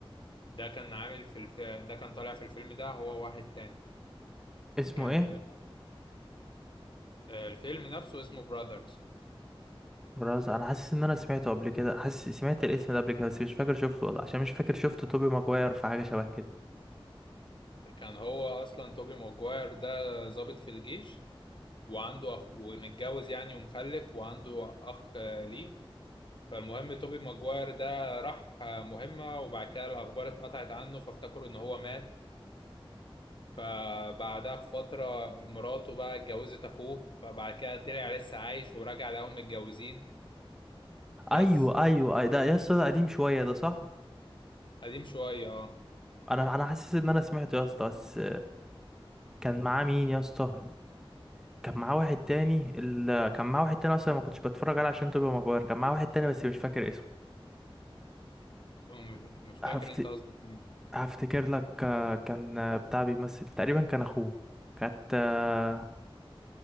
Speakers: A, on the left; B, in the centre.
A: ده كان عامل في الف... ده كان طالع في الفيلم ده هو واحد تاني
B: اسمه
A: كان
B: ايه
A: آه، الفيلم نفسه اسمه براذرز
B: براز انا حاسس ان انا سمعته قبل كده حاسس سمعت الاسم ده قبل كده بس مش فاكر شفته ولا عشان مش فاكر شفت توبي ماجواير في حاجه شبه كده
A: كان هو اصلا توبي ماجواير ده ضابط في الجيش وعنده اخ ومتجوز يعني ومخلف وعنده اخ آه، ليه فالمهم توبي ماجواير ده راح آه، مهمة وبعد كده الاخبار اتقطعت عنه فافتكروا ان هو مات فبعدها بفترة مراته بقى اتجوزت اخوه فبعد كده طلع لسه عايش ورجع لقاهم متجوزين بس
B: ايوه ايوه أي- ده يا اسطى ده قديم شويه ده صح
A: قديم شوية اه
B: انا انا حاسس ان انا سمعته يا اسطى بس كان معاه مين يا اسطى كان معاه واحد تاني ال... كان معاه واحد تاني اصلا ما كنتش بتفرج عليه عشان توبي ماجواير كان معاه واحد تاني بس مش فاكر اسمه
A: م- مش مش فاكر
B: هفت...
A: انت قصدك مين
B: هفتكر لك آه، كان آه، بتاع بيمثل تقريبا كان اخوه كانت آه،